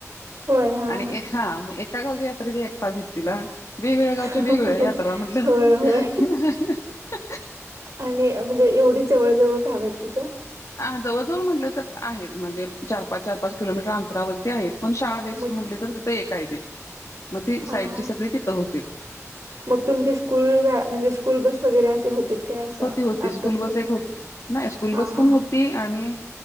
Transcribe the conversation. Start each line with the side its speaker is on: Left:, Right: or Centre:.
Right: होय हा
Left: आणि एका एका गावच्या यात्रेची एकता भीतीला वेगवेगळ्या गावचे
Right: हा
Left: वेगवेगळ्या यात्रा म्हटल
Right: होय
Left: <inaudible>
Right: होय आणि म्हणजे एवढी जवळ जवळ घावय तिथं?
Left: हा जवळजवळ म्हटलं तर आहेत म्हणजे चार पाच चार पाच किलोमीटर अंतर ते आहे पण शाळा बेस्ट
Right: मग
Left: म्हटली तर तिथं एक आहे ते मग ती साईडची
Right: हा हा
Left: सगळी तिथं होते.
Right: मग तुमचे स्कूल म्हणजे स्कूल बस वगैरे असे होते काय असं
Left: होती होती
Right: अपडाऊन
Left: स्कूल बस
Right: साठी?
Left: एक होती नाही स्कूल
Right: हा
Left: बस
Right: हा
Left: पण होती
Right: हा
Left: आणि